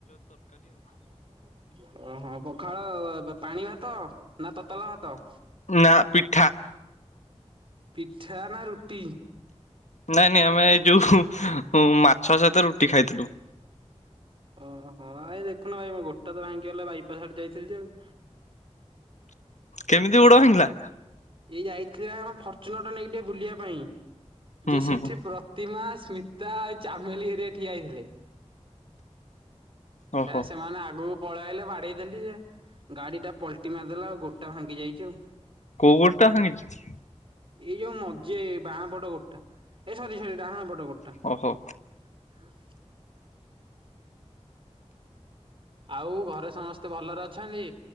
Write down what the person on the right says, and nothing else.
ଓହୋଃ ହଁ ପଖ୍ ପଖାଳ ପାଣି ଭାତ ନା ତତଲା ଭାତ?
ପିଠା ନା ରୁଟି?
ଓହୋଃ, ଆ ଦେଖୁନୁ ଭାଇ ମୋ ଗୋଡଟା ତ ଭାଙ୍ଗିଗଲା ବାଇପାସ୍ ଆଡେ ଯାଇଥିଲି ଯେ ଆଉ
ଏଇ ଯାଇଥିଲି ଆମ ଫର୍ଚୁନର ଟା ନେଇକି ଟିକେ ବୁଲିବା ପାଇଁ।
ଯେ ସେଠି
ପ୍ରତିମା ସ୍ମିତ୍ ତା ଚାମେଲି ହେରିକା ଠିଆ ହେଇଥିଲେ
ହେ ସେମାନେ ଆଗକୁ ପଳେଇ ଆଲେ ବାଡେଇ ଦେଲି ଗାଡି ଟା ପଲଟି ମାରିଦେଲା ଆଉ ଗୋଡଟା ଭାଙ୍ଗି ଯାଇଛି ଆଉ।
ଏଇ ଯୋଉ ମଝି ଏ ବାଆଁ ପଟ ଗୋଡଟା ଏ ସରି ସରି ଡାହାଣ ପଟ ଗୋଡ
<inaudible> ଆଉ ଘରେ ସମସ୍ତେ ଭଲରେ ଅଛନ୍ତି?